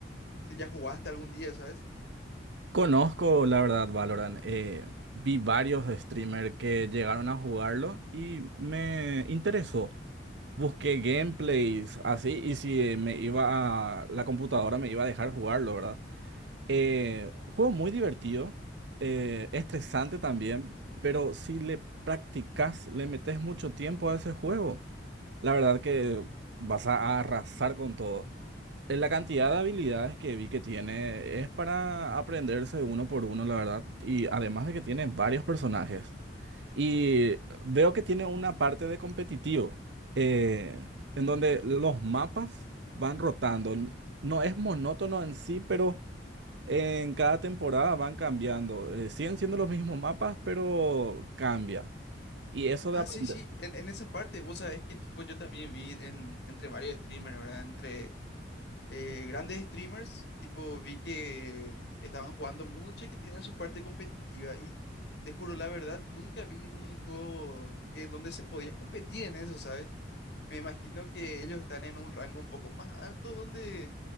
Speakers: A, on the left; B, on the right.
A: si ya jugaste algún día, ¿sabes?
B: Conozco, la verdad, Valorant. Eh, vi varios streamers que llegaron a jugarlo y me interesó. Busqué gameplays así y si me iba a la computadora me iba a dejar jugarlo, ¿verdad? Eh, juego muy divertido, eh, estresante también, pero si le practicas, le metes mucho tiempo a ese juego, la verdad que vas a arrasar con todo. eh, La cantidad de habilidades que vi que tiene es para aprenderse uno por uno, la verdad. Y además de que tiene varios personajes. Y veo que tiene una parte de competitivo, eh, en donde los mapas van rotando. N- No es monótono en sí, pero en cada temporada van cambiando. Eh, siguen siendo los mismos mapas, pero cambia. Y eso de
A: Ah,
B: aprender,
A: sí, sí, en, en esa parte, vos sabés que tipo yo también vi en, entre varios streamers, ¿verdad? Entre eh, grandes streamers, tipo vi que estaban jugando mucho y que tenían su parte competitiva y te juro la verdad, nunca vi un juego que, donde se podía competir en eso, ¿sabes? Me imagino que ellos están en un rango un poco más alto donde